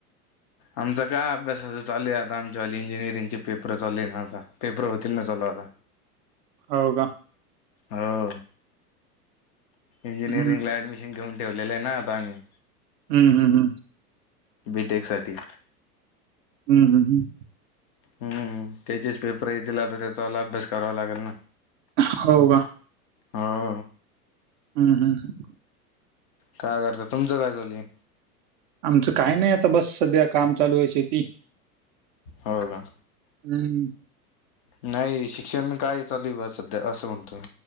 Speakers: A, on the left; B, on the right.
A: आमच काय अभ्यासाच चालू आहे आता आमच्यावाली इंजिनिअरिंगचे पेपर चालू हे ना आता पेपर होतील ना चालू आता.
B: हो का.
A: हो. इंजिनिरिंगला
B: हं,
A: ऍडमिशन घेऊन ठेवलेल हे ना आता आम्ही.
B: हम्म हम्म हम्म.
A: बी तेक साठी.
B: हम्म हम्म हम्म.
A: हम्म त्याचेच पेपर येतील आता त्याचा लू अभ्यास करावा लागल ना.
B: होव का.
A: हो.
B: हम्म हम्म.
A: काय करता? तुमचं काय चालू ये?
B: आमचं काय नाय आता बस सध्या काम चालूय शेती
A: हो का.
B: हम्म.
A: नाय शिक्षण काय चालूय बा सध्या असं म्हणतोय.